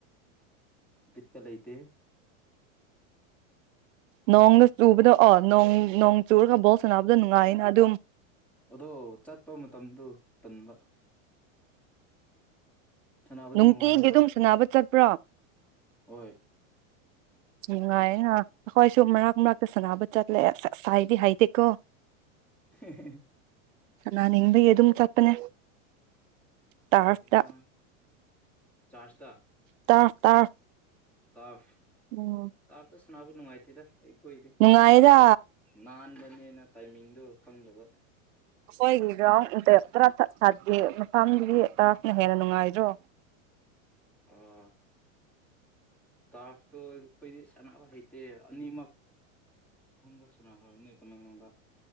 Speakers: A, in the centre; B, on the right (about 70°).
A: ꯕꯤꯠꯀ ꯂꯩꯇ
B: ꯅꯣꯡꯅ ꯆꯨꯕꯗ ꯑꯣ ꯅꯣꯡ ꯅꯣꯡ ꯆꯨꯔꯒ ꯕꯣꯜ ꯁꯥꯟꯅꯕꯗ ꯅꯨꯡꯉꯥꯏꯅ ꯑꯗꯨꯝ
A: ꯑꯗꯣ ꯆꯠꯄ ꯃꯇꯝꯗꯨ ꯇꯟꯕ ꯁꯥꯟꯅꯕꯗꯤ
B: ꯅꯨꯡꯇꯤ
A: ꯅꯨꯡꯉꯥꯏꯅ
B: ꯒꯤ ꯑꯗꯨꯝ ꯁꯅꯕ ꯆꯠꯄ꯭ꯔꯣ
A: ꯍꯣꯏ
B: ꯅꯨꯡꯉꯥꯏꯌꯦꯅ ꯑꯩꯈꯣꯏꯁꯨ ꯃꯔꯛ ꯃꯔꯛꯇ ꯁꯥꯟꯅꯕ ꯆꯠꯂꯦ ꯑꯁ ꯑꯁꯥꯏꯗꯤ ꯍꯥꯏꯗꯦꯀꯣ
A: <inaudible>
B: ꯁꯅꯥ ꯅꯤꯡꯕꯒꯤ ꯑꯗꯨꯝ ꯆꯠꯄꯅꯦ ꯇꯥꯔꯐꯇ
A: ꯐꯅ ꯆꯥꯖ ꯊ
B: ꯇꯥꯔꯐ ꯇꯥꯔꯐ
A: ꯇꯥꯔꯞ
B: ꯎꯝ
A: ꯇꯥ ꯁꯥꯅꯕ ꯅꯨꯉꯥꯏꯇꯦꯕꯥ ꯑꯩꯈꯣꯏꯗꯤ
B: ꯅꯨꯡꯉꯥꯏꯗ
A: ꯅꯥꯟꯕꯅꯦꯅ ꯇꯥꯏꯃꯤꯡꯗꯣ ꯈꯪꯗꯕ
B: <unintelligible> ꯅ ꯍꯦꯟꯅ ꯅꯨꯡꯉꯥꯏꯗ꯭ꯔꯣ
A: ꯑꯣ ꯇꯥꯔꯞ ꯑꯩꯈꯣꯏꯗꯤ ꯁꯥꯟꯅꯕ ꯍꯩꯇꯦ ꯑꯅꯤꯃꯛ ꯑꯍꯨꯝꯂꯛ ꯁꯥꯟꯅꯈ꯭ꯔꯕꯅꯤ ꯇꯃꯦꯡꯂꯣꯡꯗ